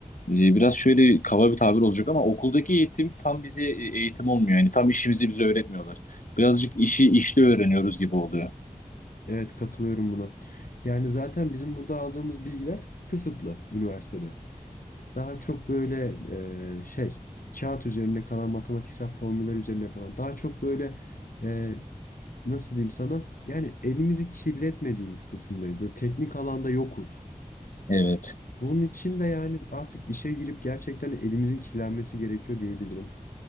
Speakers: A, on the left; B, on the left.
A: e, biraz şöyle kaba bir tabir olacak ama okuldaki eğitim tam bize e, eğitim olmuyor. Yani tam işimizi bize öğretmiyorlar. Birazcık işi işte öğreniyoruz gibi oluyor.
B: Evet katılıyorum buna. Yani zaten bizim burada aldığımız bilgiler kısıtlı üniversitede. Daha çok böyle e, şey kağıt üzerinde kalan matematiksel formüller üzerine kalan daha çok böyle e, nasıl diyeyim sana? Yani elimizi kirletmediğimiz kısımdayız. Böyle teknik alanda yokuz.
A: Evet.
B: Bunun için de yani artık işe girip gerçekten elimizin kirlenmesi gerekiyor diyebilirim.